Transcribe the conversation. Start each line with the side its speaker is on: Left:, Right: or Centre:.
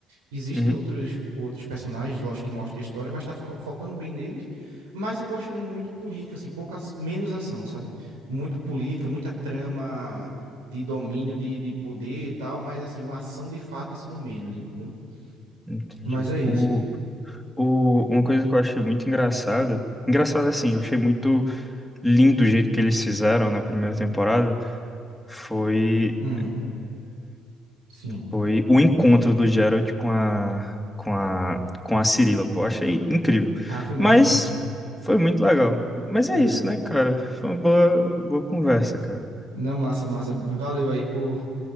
Right: Existem
Centre: uhum,
Right: outros, outros personagens, lógico, que mostra a história, mas tá fico- focando bem neles. Mas eu tô achando muito política, assim, pouca, menos ação, sabe? Muito política, muita trama de domínio, de, de poder e tal, mas assim, a ação de fato tá sendo menos, entendeu?
Centre: entendi.
Right: Mas é isso.
Centre: O, O- uma coisa que eu achei muito engraçada, engraçada assim, eu achei muito lindo o jeito que eles fizeram na primeira temporada, foi
Right: Hum, sim.
Centre: foi o encontro do Geralt com a com a com a Cirila, pô, achei incrível.
Right: Ah, foi massa
Centre: Mas
Right: mesmo.
Centre: foi muito legal. Mas
Right: Foi
Centre: é isso,
Right: legal.
Centre: né, cara? Foi uma boa boa conversa, cara.
Right: Não, massa, massa. Valeu aí por